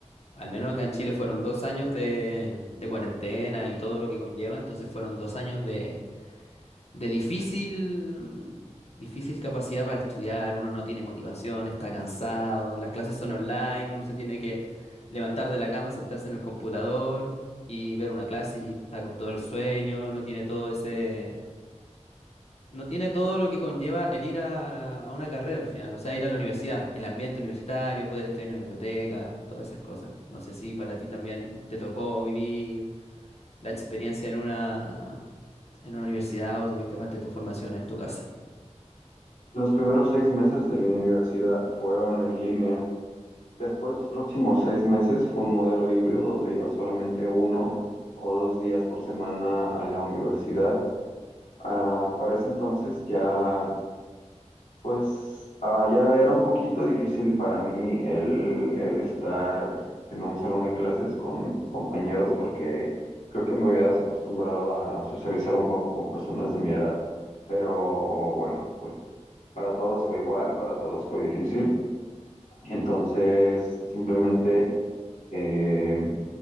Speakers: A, on the left (about 60°); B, on the left (about 85°).
A: al menos acá en Chile fueron dos años de, de cuarentena y todo lo que conlleva, entonces fueron dos años de de difícil, difícil capacidad para estudiar, uno no tiene motivación, está cansado, las clases son online, uno se tiene que levantar de la cama, sentarse en el computador y ver una clase y está con todo el sueño, no tiene todo ese, no tiene todo lo que conlleva el ir a, a una carrera al final, o sea, ir a la universidad, el ambiente universitario, poder estudiar en la biblioteca, todas esas cosas. No sé si para ti también te tocó vivir la experiencia en una, en una universidad o tuviste parte de tu formación en tu casa.
B: Los primeros seis meses de mi universidad fueron en línea. Después, los próximos seis meses fue un modelo híbrido donde iba solamente uno o dos días por semana a la universidad Ah, para ese entonces ya, pues, ah, ya era un poquito difícil para mí el, el estar en un salón de clases con compañeros porque creo que me había desacostumbrado a socializar un poco con personas de mi edad. Pero bueno, pues para todos fue igual, para todos fue difícil. Entonces, simplemente eh,